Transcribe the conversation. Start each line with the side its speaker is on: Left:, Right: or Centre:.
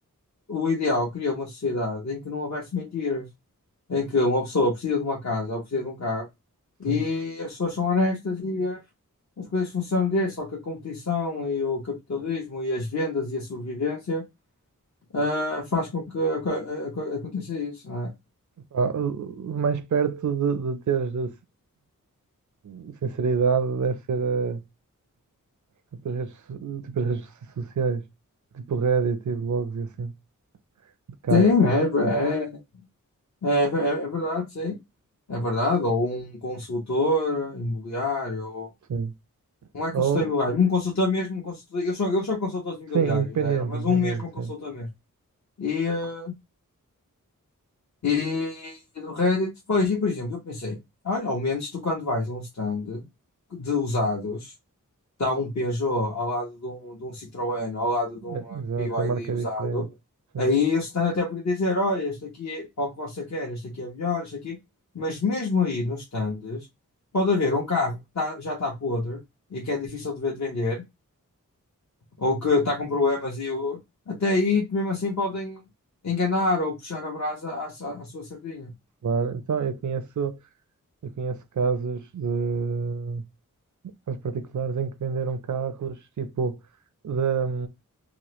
Left: o ideal, eu queria uma sociedade em que não houvesse mentiras, em que uma pessoa precisa de uma casa ou precisa de um carro e
Right: Hum.
Left: as pessoas são honestas e eh, as coisas funcionam desse, só que a competição e o capitalismo e as vendas e a sobrevivência ah, faz com que aco- aco- aconteça isso, não é?
Right: Pá, o o mais perto de, de teres de, de sinceridade deve ser eh, tipo, as redes, so- tipo as redes so- sociais, tipo Reddit e blogs e assim, de carros.
Left: Sim, é, É, é, é verdade, sim. É verdade. Ou um consultor imobiliário, ou...
Right: Sim.
Left: não é
Right: Ou,
Left: consultor imobiliário, um consultor mesmo, um consultor... Eu sou, eu sou consultor de imobiliários
Right: sim, independente,
Left: da Aero, mas
Right: independente,
Left: um mesmo consultor
Right: sim.
Left: mesmo. E, eh, e do Reddit, depois, e por exemplo, eu pensei, olha, ao menos tu quando vais a um stand de usados. está um Peugeot ao lado de um, de um Citroën, ao lado de um
Right: Eh,
Left: eh,
Right: Exato,
Left: BYD
Right: a marca
Left: usado,
Right: é diferente. Sim,
Left: aí o stand até podia dizer, olha, este aqui é para o que você quer, este aqui é melhor, este aqui... Mas mesmo aí nos stands, pode haver um carro que tá- já está podre e que é difícil de ver de vender, ou que está com problemas e o... até aí, mesmo assim, podem enganar ou puxar a brasa à, sa- à sua sardinha.
Right: claro. Então, eu conheço, eu conheço casos de aos particulares em que venderam carros tipo da